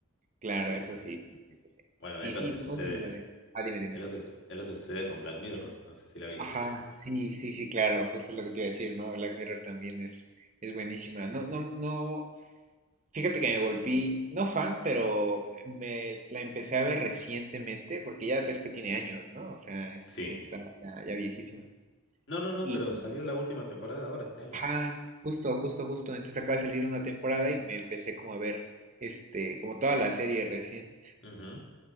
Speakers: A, on the right; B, on the left.
A: Claro,
B: Sí,
A: eso
B: sí, sí.
A: sí, eso sí.
B: Bueno,
A: Y
B: es
A: sí,
B: lo que sucede,
A: ¿cómo es la de- Ah, dime, dime.
B: es lo que, es es lo que sucede con Black Mirror, no sé si la viste.
A: Ajá, sí, sí, sí, claro, justo lo que te iba a decir, ¿no? Black Mirror también es, es buenísima. No, no, no, fíjate que me volví, no fan, pero me la empecé a ver recientemente, porque ya ves que tiene años, ¿no? O sea, es,
B: Sí.
A: está ya, ya viejísima.
B: No, no, no,
A: Y,
B: pero salió la última temporada ahora este año.
A: ajá, justo, justo, justo. Entonces acaba de salir una temporada y me empecé como a ver, este, como toda la serie recién.
B: Ujú.